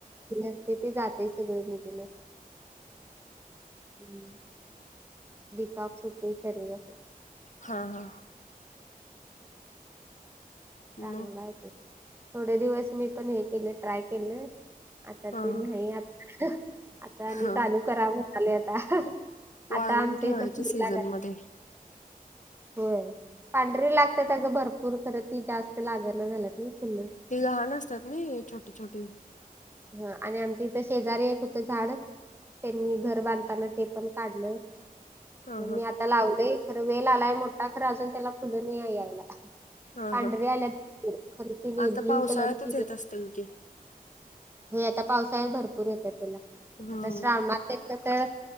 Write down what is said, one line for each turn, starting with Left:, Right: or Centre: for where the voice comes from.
Right: जे अस्त ते जातय सगळे निगुनच हम्म डिटॉक सुथिन शरीराते
Left: हा हा मग
Right: चांगलं आहे ते थोडे दिवस मी पण हे केलं ट्राय केलं आता ते
Left: हा
Right: नाही
Left: हा
Right: आता आता आणि
Left: हा
Right: चालू करा म्हणालो आता
Left: वाळवून
Right: आता आमच
Left: ठेवायचे
Right: इथ फुलं
Left: सीझन
Right: आल्यात
Left: मध्ये
Right: होय पांढरी लागत्यात सगळं भरपूर खरं ती जास्त लागण झाल्यात ना फुल
Left: ती लहान असतात नई छोटी छोटी
Right: ह आणि आमच्या इथ शेजारी एक होत झाड त्यांनी घर बांधताना ते पण काढलं
Left: ह
Right: मग
Left: ह
Right: मी आता लावय खरं वेल आलाय मोठा खरं अजून त्याला फुल नाई यायला
Left: ह
Right: पांढरीे
Left: ह
Right: आल्यात खर ब्ल्यू
Left: आता पावसाळ्यातच
Right: कलरची.
Left: येत असतील की
Right: होय आता पावसाळ भरपूर येत्यात त्याला
Left: हम्म
Right: आता श्रावणत. कस